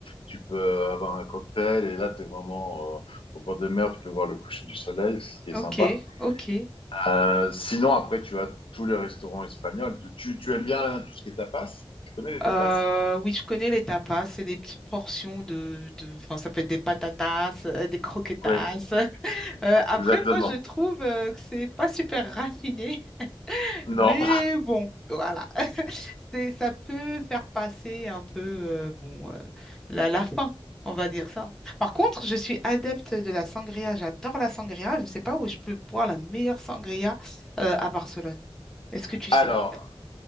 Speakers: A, on the left (about 70°); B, in the centre.
A: tu peux avoir un cocktail, et là, tu es vraiment euh, au bord de mer, tu peux voir le coucher du soleil, ce qui est
B: Ok.
A: sympa.
B: Ok.
A: Euh, sinon, après, tu as tous les restaurants espagnols. Tu, tu, tu aimes bien tout ce qui est tapas? Tu connais les tapas?
B: Euh, oui, je connais les tapas. C'est des petites portions de, de, enfin, ça peut être des patatas, euh, des croquetas.
A: Oui,
B: <laughs> Euh, après,
A: exactement.
B: moi, je trouve euh, que c'est pas super raffiné.
A: Non.
B: Mais bon, voilà. <laughs> C'est, ça peut faire passer un peu euh, bon, euh, la, la faim, on va dire ça. Par contre, je suis adepte de la sangria. J'adore la sangria. Je ne sais pas où je peux boire la meilleure sangria euh, à Barcelone. Est-ce
A: <laughs>
B: que tu sais?
A: Alors,